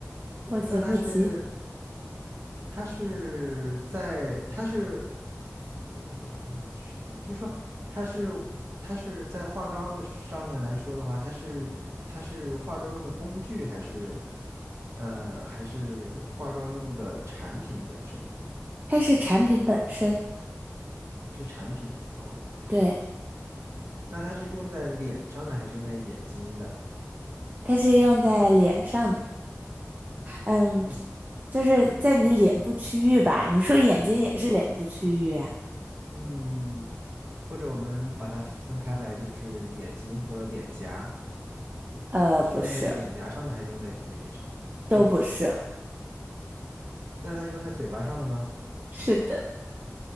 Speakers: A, on the right (about 35°); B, on the right (about 55°).
A: 不急不急，
B: 那它是。它是在，它是，呃，我想问什么呢？就是说，它是，它是在化妆的上面来说的话，它是，它是化妆用的工具，还是，呃，还是化妆用的产品本身？
A: 它是产品本身，
B: 是产品。哦 OK，
A: 对，
B: 那它是用在脸上的，还是用在眼睛的？
A: 它是用在脸上的，嗯，
B: 用，
A: 就是在你脸部区域吧？你说眼睛也是脸部区域啊？
B: 嗯，或者我们把它分开来，就是眼睛和脸颊，
A: 呃，
B: 是用在脸颊上的，
A: 不是，
B: 还是用在眼睛上的？
A: 都不是，
B: 都不是。那他是用在嘴巴上的吗？
A: 是的。